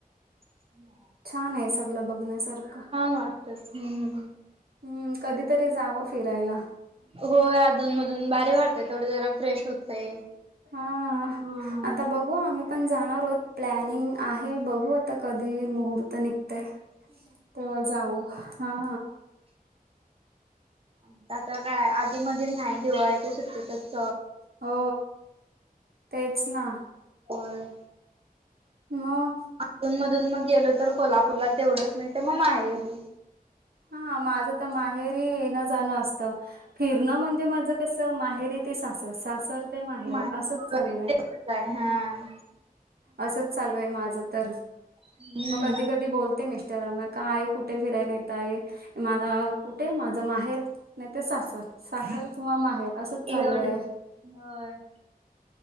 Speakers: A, on the right; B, on the right.
A: ह <unintelligible>
B: छान आहे सगल बघण्यासारखं.
A: वाटतात हम्म.
B: हम्म कधीतरी जावं फिरायला.
A: होय अधूनमधून भारी वाटते थोडं जरा फ्रेश होतय.
B: हा
A: हम्म.
B: आता बघु. हो आम्ही पण जाणार आहेत प्लॅनिंग आहे बघू आता कधी मुहूर्त तर निघतय तेव्हा जाऊ हा.
A: आमच आता काय आधीमधी नाही दिवाळीच्या सुट्टीत. तस.
B: हो तेच ना.
A: होय.
B: मग.
A: अधून मधून मग गेलो तर कोल्हापूरला तेवढंच नाहीतर मग माहेरी.
B: हा माझं तर माहेरी येणं जाणं असतं फिरणं म्हणजे माझं कस माहेरी ते सासर सासर ते माहेर
A: माहेरी
B: असंच चाललंय.
A: तेवढंच आहे हा.
B: असंच चालू आहे माझं तर.
A: हम्म
B: मग कधी कधी बोलते म मिश मिस्टरांना काय कुठे फिराय नेताय मला कुठे माझ माहेर नाही ते सासर सासर किंवा माहेर असंच चालू
A: एवढंच
B: आहे.
A: होय